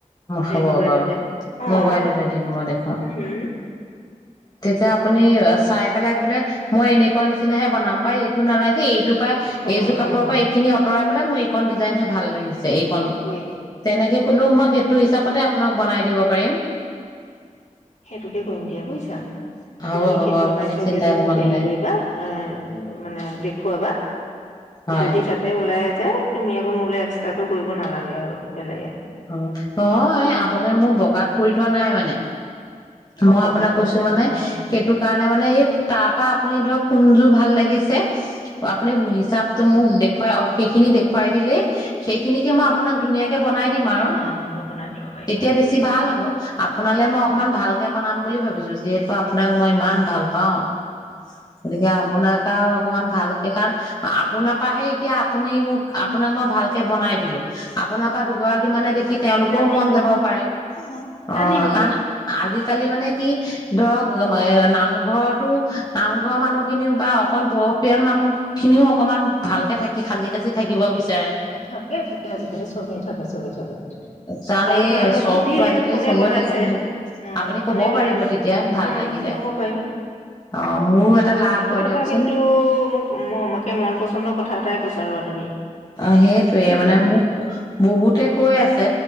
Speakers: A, on the left; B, on the left.
A: হব
B: এই মোবাইলতে
A: বাৰু
B: অ
A: মোবাইলতে দিম মই দেখুৱাম।
B: উম
A: তেতিয়া আপুনি নিয় চাই পেলাই বোলে মই এনেকুৱা নিচিনে বনাম বা এইটো নালাগে এইট টো পাই
B: অ
A: এইযোৰ কাপোৰৰ
B: অ
A: পৰা এইখিনি অতৰাব বোলে মোৰ এইখন ডিজাইন হে ভাল লাগিছে। এইকন,
B: তাকেই
A: তেনেকে কলেও মই সেই আপোনাক বনাই দিব পাৰিম।
B: সেইটোকে কৰিম দিয়া বুজিছা।
A: হ'ব
B: তুমি
A: হ'ব
B: সেই বনাই
A: আপুনি
B: থোৱা
A: চিন্তা
B: কেইযোৰ
A: কৰিব
B: মোক হেৰি
A: নালাগে
B: কৰিবা এহ মানে দেখুৱাবা,
A: হয়
B: যদি তাতে ওলাই যে তুমি আকৌ মোৰলৈ এক্সট্ৰাকৈ কৰিব নালাগে আৰু বেলেগে
A: উম, নহয় আপোনাৰ মোৰ বগাত কৰি থোৱা নাই মানে।
B: অ
A: মই
B: বগাত
A: আপোনাক কৈছো
B: নাই
A: মানে
B: অ অ
A: সেইটো কাৰণে মানে এই তাৰ পৰা আপুনি ধৰক কোনজোৰ ভাল লাগিছে আপোনি হিচাপটো মোক দে খুৱাই সেইখিনি দেখুৱাই দিলেই সেইখিনিকে মই আপোনাক ধুনীয়াকে বনাই তেতিয়া
B: উম, অ বনাই দিব পাৰিবা
A: বেছি
B: হয় দিয়া
A: ভাল হ'ব আপোনালৈ মই
B: উম।
A: অকমান ভালকে বনাম বুলি ভাবিছো যিহেতু আপোনাক মই ইমান ভাল পাওঁ গতিকে আপোনাৰ আৰু অকমান ভালকে কাৰণ আপোনাৰ পৰাহে এতিয়া আপুনি মোক আপোনাক মই ভালকে বনাই দিলোঁ, আপোনাৰ পৰা দুগৰাকী কিমানে দেখি কি তেওঁলোকৰও
B: জানিব
A: মন যাব পাৰে
B: অ জানিব
A: অ', কাৰণ আজি আজিকালি মানে কি ধৰক নামঘৰতো নামঘৰৰ মানুহ খিনিও বা অকন বয়সীয়াল মানুহ খিনিও অকমান ভালকে থাকি সাজি-কাজি থাকিব বিচাৰ
B: থাকে, থাকে আজিকালি চবেই থাকে চবে থাকে
A: কাৰণ
B: আৰু
A: এই
B: ধৰা মোক
A: চখটো
B: সুধিলেও
A: আজিকালি
B: কোনে
A: চবৰে
B: বনাইছে
A: থকাটো
B: উম,
A: আপুনি কবও
B: কোনে বনাই
A: পাৰিব তেতিয়া ভাল
B: উম,
A: লাগিলে
B: ক'ব পাৰিম।
A: অ', মোৰো এটা লাভ
B: সেইটো
A: হয়
B: কথা
A: দিয়কচোন
B: কিন্তু মোক-মাকে মন পছন্দৰ কথা এটাই কৈছ তুমি
A: অ', সেইটোয়ে
B: বুজিছা
A: মানে মোক বহুতে কৈ আছে